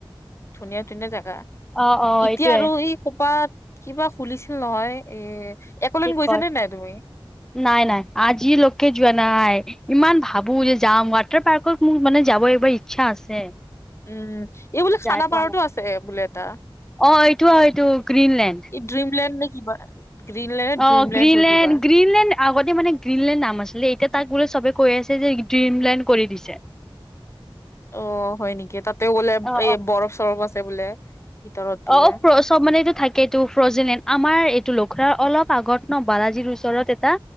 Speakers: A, on the left (about 30°); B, in the centre.
A: ধুনীয়া ধুনীয়া জাগা।
B: অ', অ',
A: এতিয়া
B: এইটোয়ে
A: আৰু এই খোপাত। কিবা খুলিছিল নহয় এ। একলেন গৈছা
B: কয়
A: নে নাই তুমি
B: নাই- নাই। আজি লোকে যোৱা নাই। ইমান ভাবো যে যাম। ৱাটাৰ পাৰ্কত মোৰ মানে যাব একবাৰ ইচ্ছা আছে।
A: উম, এই বোলে
B: যাই
A: খানাপাৰতো
B: পোৱা নাই
A: আছে। বোলে এটা
B: অ, এইটো আৰু এইটো গ্ৰীণলেণ্ড।
A: এই ড্ৰিমলেণ্ড নে কিবা গ্ৰীণলেণ্ড
B: অ,
A: ড্ৰিমলেণ্ড
B: গ্ৰীণলেণ্ড-
A: হয় কিবা
B: গ্ৰীণলেণ্ড আগতে মানে গ্ৰীণলেণ্ড নাম আছিলে। এতিয়া তাক। বোলে চবে কৈ আছে যে ড্ৰিমলাইণ্ড কৰি দিছে।
A: অ, হয় নেকি। তাতেও গোলে
B: অ
A: এই বৰফ চৰফ আছে বোলে। ভিতৰত বোলে
B: অ অ চব মানেটো থাকেটো ফজিলণ্ আমাৰ এইটো লোক পখাৰ অলপ আগত ন বালাজীৰ ওচৰত এটা